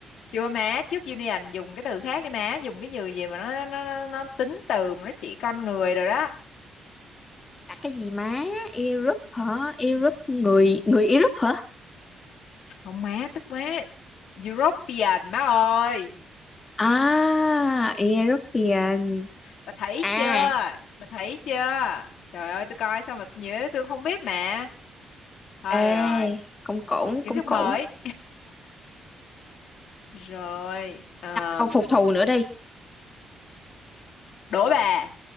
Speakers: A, on the left; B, on the left.
A: chưa má trước Union dùng cái từ khác đi má dùng cái từ gì mà nó nó nó, nó tính từ mà nó chỉ con người rồi đó
B: là cái gì má Europe hả Europe người người Europe hả
A: không má tức má European má ơi
B: à European
A: bà thấy
B: à
A: chưa bà thấy chưa trời ơi tôi coi sao mà nhớ tôi không biết mẹ thôi
B: ê
A: rồi
B: cũng cũng
A: kiến
B: cũng
A: thức
B: cũng
A: mới <laughs> rồi um,
B: câu phục thù nữa đi
A: đố bà